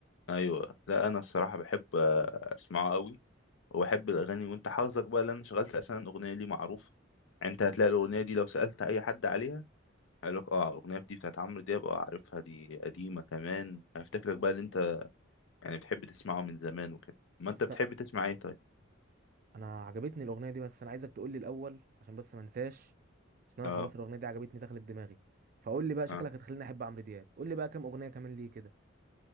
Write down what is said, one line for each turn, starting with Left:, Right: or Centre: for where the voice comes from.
Left: ايوه لا انا الصراحه بحب اسمعه قوي وبحب الاغاني وانت حافظك بقى لان شغلت اساسا اغنيه ليه معروفه يعني انت هتلاقي الاغنيه دي لو سالت اي حد عليها هيقول لك اه الاغنيه دي بتاعت عمرو دياب اه عارفها دي قديمه كمان هيفتكرك بقى اللي يعني بتحب تسمعه من زمان وكده ما
Right: بس
Left: انت بتحب تسمع ايه طيب
Right: انا عجبتني الاغنيه دي بس انا عايزك تقول لي الاول عشان بس ما انساش عشان انا
Left: اه
Right: خلاص الاغنيه دي عجبتني دخلت دماغي فقول لي بقى شكلك
Left: اه
Right: هتخليني احب عمرو دياب قول لي بقى كام اغنيه كمان ليه كده